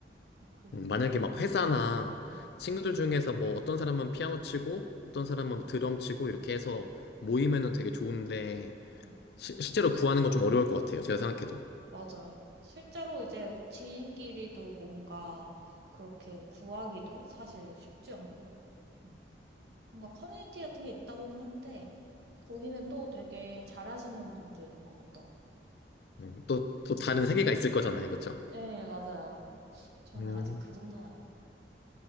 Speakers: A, on the right; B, on the left.
A: 뭐 그런
B: 음, 만약에
A: 거.
B: 막 회사나
A: 네.
B: 친구들 중에서 뭐 어떤 사람은 피아노 치고 어떤
A: 음.
B: 사람은 드럼 치고 이렇게 해서 모이면은 되게 좋은데
A: 네.
B: 시- 실제로 구하는 건 좀 어려울 것 같아요. 제가 생각해도.
A: 맞아요. 실제로 이제 지인끼리도 뭔가 그렇게 구하기도 사실 쉽지 않고, 음, 뭔가 커뮤니티 같은 게 있다고는 하는데, 거기는 또 되게 잘하시는 분들인 것 같더라고요.
B: 음, 또, 또 다른 세계가 있을 거잖아요. 그쵸?
A: 네, 맞아요. 저는
B: 음.
A: 아직 그 정도는 아닌데.